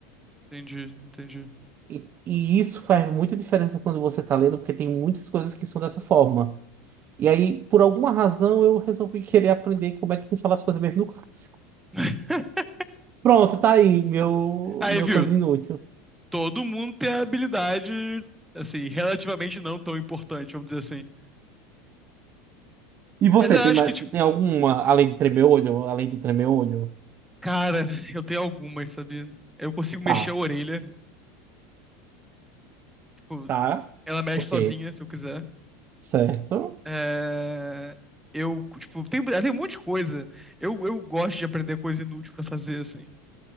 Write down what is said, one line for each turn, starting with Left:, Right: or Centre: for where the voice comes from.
Centre: Entendi, entendi.
Right: E, e isso faz muita diferença quando você está lendo, porque tem muitas coisas que são dessa forma. E aí, por alguma razão, eu resolvi querer aprender como é que se fala as coisas mesmo no clássico.
Centre: <laughs>
Right: Pronto, tá aí, meu,
Centre: Aí,
Right: meu
Centre: viu?
Right: coisa inútil.
Centre: Todo mundo tem a habilidade, assim, relativamente não tão importante, vamos dizer assim.
Right: E você,
Centre: Mas eu
Right: tem,
Centre: acho
Right: mais-
Centre: que, tipo,
Right: tem alguma, além de tremer o olho, além do tremer o olho?
Centre: Cara, <laughs> eu tenho algumas, sabe? Eu consigo mexer
Right: Tá,
Centre: a orelha. Tipo,
Right: tá,
Centre: ela mexe
Right: ok,
Centre: sozinha, se eu quiser.
Right: certo.
Centre: É... Eu, tipo, tem, tem um monte de coisa. Eu, eu gosto de aprender coisa inútil pra fazer, assim.